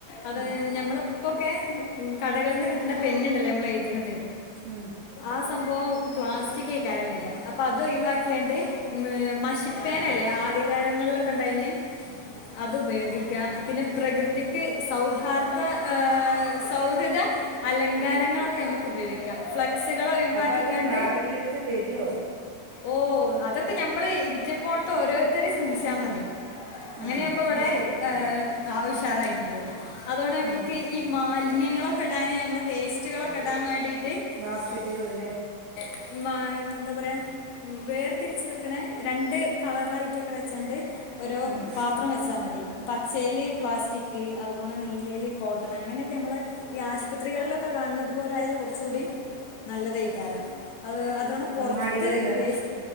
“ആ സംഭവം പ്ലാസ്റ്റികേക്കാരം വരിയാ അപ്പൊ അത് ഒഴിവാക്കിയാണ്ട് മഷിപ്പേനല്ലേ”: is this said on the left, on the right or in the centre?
Left